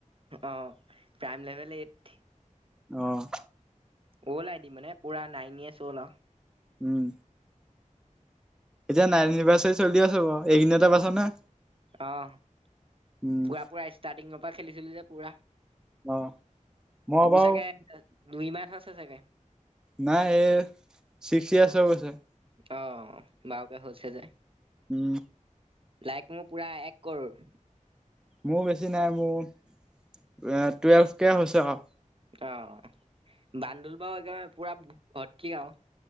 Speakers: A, on the right; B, in the centre.
A: অঁ প্ৰাইম লেভেল এইট।
B: অ'।
A: অ'লড আইডি মানে পুৰা নাইন ইয়াৰ্চ অ'লড আৰু।
B: উম। এতিয়া নাইন এনিভাৰ্চাৰী চলি আছে বাৰু এইকিদিনতে পাইছ নে?
A: অ'
B: উম
A: পুৰা পুৰা ষ্টাৰ্টিঙৰ পৰা খেলিছিলো যে পুৰা।
B: অ মই
A: তোৰ
B: বাৰু
A: চাগে দুই মা'হ হৈছে চাগে?
B: নাই এই চিক্স ইয়ৰ্চ হৈ গৈছে।
A: অ' বাৰুকে হৈছে যে,
B: উম
A: লাইক মোৰ পুৰা এক ক'ৰোৰ
B: মোৰ বেছি নাই মোৰ, এ টুৱেলভ কে হৈছে আৰু।
A: অ' বান্দোল বাৰু একেবাৰে পুৰা ভৰ্ত্তি আৰু।